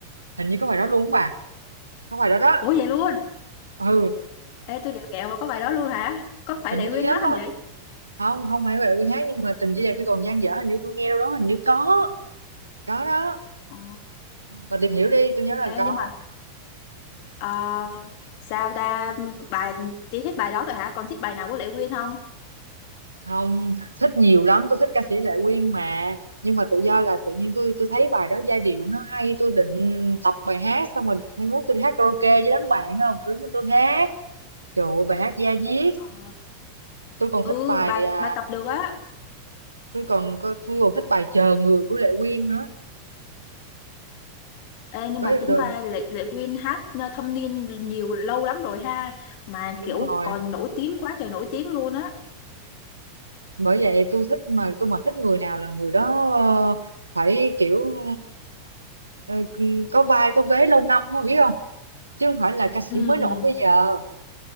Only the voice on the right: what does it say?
hình như có bài đó luôn không bà? Có bài đó đó.
ừ
hình
như
tôi nhớ
không
không không phải Huệ Vương hát nhưng mà tình chỉ đẹp khi còn dang dở hình như tôi nghe đâu đó hình như có có đó
mà tìm hiểu đi tôi nhớ là
có
không thích nhiều lắm tôi thích ca sĩ Lệ Quyên mà nhưng mà tự do là tự nhiên tôi tôi thấy bài đó giai điệu nó hay tôi định tập bài hát xong rồi mai mốt tôi đi hát karaoke với đám bạn không tôi đứng tôi hát trời ơi bài hát da diết
tôi còn
thích bài
à,
tôi còn có- tôi còn thích bài chờ người của Lệ Quyên nữa
đó,
đó
đúng
rồi
bởi vậy tôi thích mà tôi mà thích người nào là người đó ờ, phải kiểu ờ, ờ, có vai có vế lâu năm mà biết không chứ không phải là ca sĩ
mới nổi bây giờ